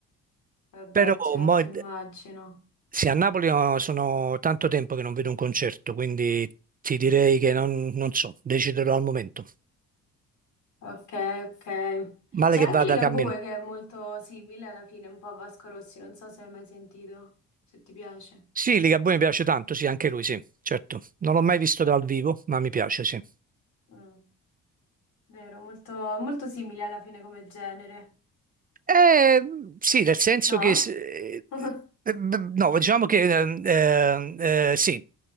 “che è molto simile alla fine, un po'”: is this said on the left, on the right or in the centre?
Left